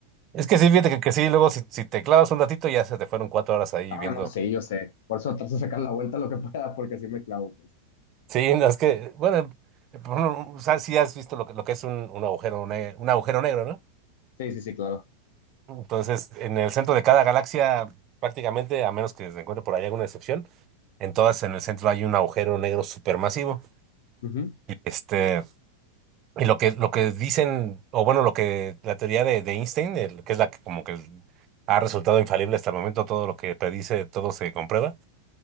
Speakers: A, on the right; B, on the left.
A: Es que sí, fíjate que, que sí, luego si, si te clavas un ratito ya se te fueron cuatro horas ahí
B: Ah,
A: viendo.
B: no sé, yo sé. Por eso trato de sacar la vuelta lo que pueda, porque así me clavo, pues.
A: Sí, no, es que, bueno, eh, por ejemplo, o sea, sí has visto lo que, lo que es un, un agujero, ne- un agujero negro, ¿no?
B: Sí, sí, sí, claro.
A: Entonces, en el centro de cada galaxia, prácticamente, a menos que se encuentre por ahí alguna excepción, Entonces en el centro hay un agujero negro supermasivo.
B: Ujú,
A: Este, y lo que, lo que dicen, o bueno, lo que la teoría de, de Einstein, el- que es la que como que ha resultado infalible hasta el momento, todo lo que predice, todo se comprueba.